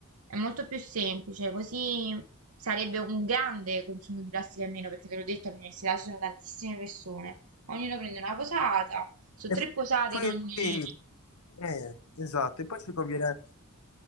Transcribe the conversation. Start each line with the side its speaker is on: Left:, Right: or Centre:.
Right: è molto più semplice, così sarebbe un grande consumo di plastica in meno perché te l'ho detto all'università ci sono tantissime persone. Ognuno prende una posata, sono tre
Left: E
Right: posate
Left: poi,
Right: in ogni...
Left: eh, esatto, e poi ci conviene,